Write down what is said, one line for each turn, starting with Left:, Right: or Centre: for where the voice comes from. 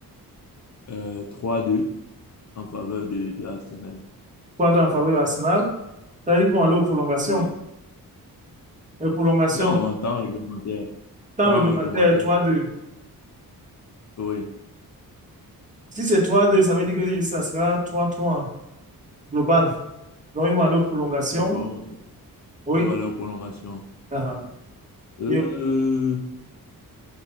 Left: euh, 3-2 en faveur de, de Arsenal.
Right: 3-2 en faveur de Arsenal. Ça veut dire qu'ils vont aller aux prolongations.
Left: Oui.
Right: Les prolongations,
Left: Non, en temps réglementaire.
Right: temps
Left: Temps
Right: réglementaire,
Left: réglementaire.
Right: trois deux
Left: Oui.
Right: Si c'est trois deux ça veut dire que ça sera trois trois global. Donc, ils vont aller aux prolongations.
Left: Ah bon,
Right: Oui.
Left: ils vont aller aux prolongations.
Right: Ah, ah.
Left: Euh,
Right: Et, aux